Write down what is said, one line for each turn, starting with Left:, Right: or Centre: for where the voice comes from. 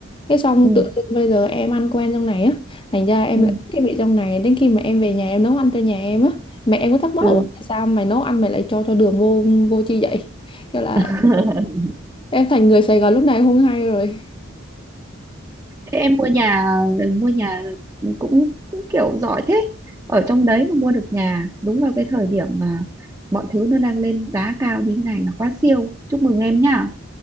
Left: Cái xong
Right: ừ
Left: tự dưng bây giờ em ăn quen trong này á Thành ra em
Right: ừ.
Left: lại thích cái vị trong này Đến khi mà em về nhà em nấu ăn cho nhà em á Mẹ em có thắc mắc
Right: ừ.
Left: ủa tại sao mày nấu ăn mày lại cho cho đường vô vô chi vậy Kiểu là
Right: <laughs>
Left: em thành người Sài Gòn lúc này không hay rồi
Right: Thế em mua nhà mua nhà cũng, cũng kiểu giỏi thế. Ở trong đấy mà mua được nhà đúng vào cái thời điểm mà mọi thứ nó đang lên giá cao như thế này là quá siêu. Chúc mừng em nhá.